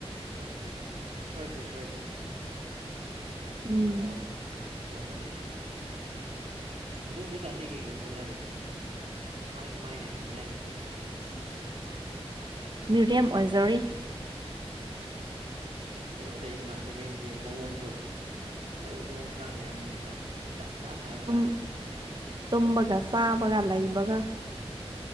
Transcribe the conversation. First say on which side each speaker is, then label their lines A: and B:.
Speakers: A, on the right; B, on the right.
A: ꯑꯣꯀꯦ ꯁꯣꯏꯗ꯭ꯔꯦ ꯁꯣꯏꯗ꯭ꯔꯦ
B: ꯎꯝ
A: ꯇꯧꯔꯁꯤ ꯅꯣꯡꯃꯗꯤ ꯑꯗ ꯍꯧꯖꯤꯛꯀꯥꯟꯗꯤ ꯀꯩꯀꯩ ꯍꯣꯠꯅꯔꯤꯒꯦ ꯀꯃꯥꯏ ꯀꯃꯥꯏꯅ ꯍꯤꯡꯅꯔꯤꯒꯦ ꯄꯨꯟꯁꯤꯁꯦ
B: ꯃ꯭ꯔꯦꯝ ꯑꯣꯏꯖꯔꯤ
A: ꯑꯗꯨ ꯂꯩꯗꯅ ꯃꯤꯔꯦꯝꯒꯤ ꯃꯑꯣꯡꯗꯣ ꯃꯑꯣꯡ ꯃꯑꯣꯡ ꯈꯔ ꯂꯩꯔꯝꯅꯤꯗꯅ ꯖꯥꯠ ꯖꯥꯠ ꯍꯥꯏꯕ
B: ꯇꯨꯝ
A: ꯇꯥꯔꯦꯅꯦ
B: ꯇꯨꯝꯕꯒ ꯆꯥꯕꯒ ꯂꯩꯕꯒ